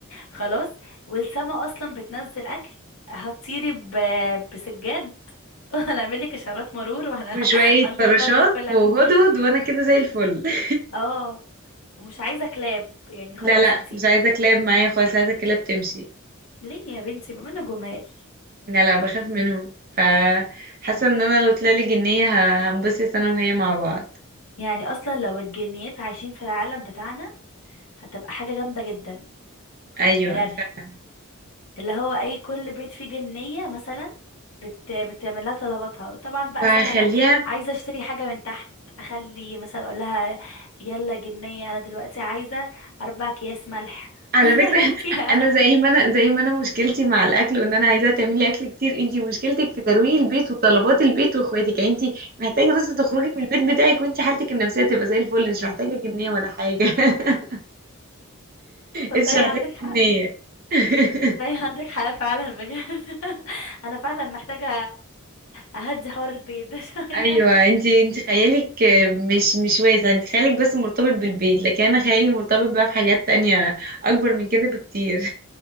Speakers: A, on the left (about 75°); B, on the right (about 40°).
A: خلاص والسما اصلا بتنزل اكل هتطيري ب... بسجاد <laughs> وهنعمل لك اشارات مرور وهنظبط
B: وشوية فراشات
A: <laughs> لك كل حاجه
B: وهدهد وانا كده زي الفل <laughs>
A: اه ومش عايزه كلاب يعني خلاص
B: لا لا
A: انت
B: مش عايزة كلاب معايا خالص عايزة كلاب تمشي
A: ليه يا بنتي بما انه جمال
B: لا لا بخاف منهم فحاسه ان انا لو طلعلي جنيه ه- هنبسط انا وهي مع بعض
A: يعني اصلا لو الجنيات عايشين في العالم بتاعنا هتبقى حاجة جامدة جدا
B: ايوه
A: بجد
B: ف-
A: اللي هو اي كل بيت فيه جنية مثلا بت... بتعمل لها طلباتها طبعا بقى
B: فهخليها
A: سهلة عايزة اشتري حاجة من تحت اخلي مثلا اقول لها يلا جنية انا دلوقتي عايزة اربع اكياس ملح
B: على
A: <laughs>
B: فكره
A: هاتي
B: <laughs>
A: يا-
B: انا زي ما انا زي ما انا مشكلتي مع الاكل وان انا عايزاها تعملي اكل كتير انتي مشكلتك في ترويق البيت وطلبات البيت واخواتك يعني انتي محتاجه بس تخرجي من البيت بتاعك وانتي حالتك النفسيه تبقى زي الفل مش محتاجه جنيه ولا حاجه <laughs>
A: تصدقي
B: مش محتاجه
A: عندك حق
B: جنيه <laughs>
A: تصدقي عندك حق فعلا بجد <laughs> انا فعلا محتاجة اهدي حوار البيت ده شوية
B: ايوه انت انت خيالك مش مش واسع انت خيالك بس مرتبط بالبيت لكن انا خيالي مرتبط بقى في حاجات تانية اكبر من كده بكتير